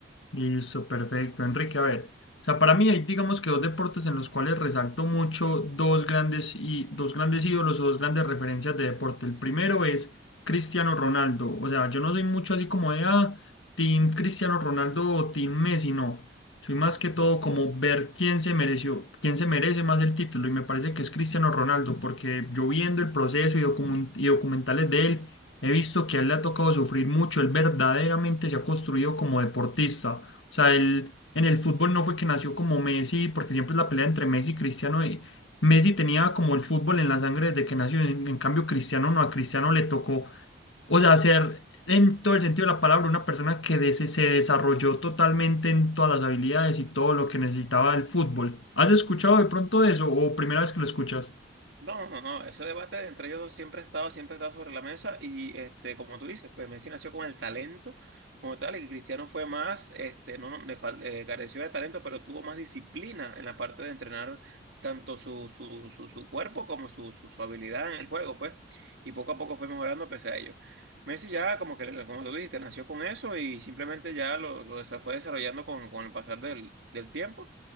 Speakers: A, on the left (about 80°); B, on the right (about 70°).
A: Listo, perfecto. Enrique, a ver, o sea, para mí hay, digamos que dos deportes en los cuales resalto mucho dos grandes y dos grandes ídolos o dos grandes referencias de deporte. El primero es Cristiano Ronaldo. O sea, yo no soy mucho así como de ah, Team Cristiano Ronaldo o Team Messi, no. Soy más que todo como ver quién se mereció, quién se merece más el título. Y me parece que es Cristiano Ronaldo, porque yo viendo el proceso y, documen- y documentales de él, he visto que a él le ha tocado sufrir mucho. Él verdaderamente se ha construido como deportista. O sea, él en el fútbol no fue que nació como Messi, porque siempre es la pelea entre Messi y Cristiano. y Messi tenía como el fútbol en la sangre desde que nació. En, en cambio, Cristiano no, a Cristiano le tocó, o sea, ser en todo el sentido de la palabra una persona que des- se desarrolló totalmente en todas las habilidades y todo lo que necesitaba el fútbol. ¿Has escuchado de pronto eso o primera vez que lo escuchas?
B: No, no, no, no, ese debate entre ellos dos siempre ha estado, siempre ha estado sobre la mesa y este, como tú dices, pues Messi nació con el talento como tal y Cristiano fue más, este, no, no, le fal- eh, careció de talento, pero tuvo más disciplina en la parte de entrenar tanto su, su, su, su cuerpo como su, su, su habilidad en el juego, pues, y poco a poco fue mejorando pese a ello. Messi ya, como que, como tú dijiste, nació con eso y simplemente ya lo, lo desa- fue desarrollando con, con el pasar del, del tiempo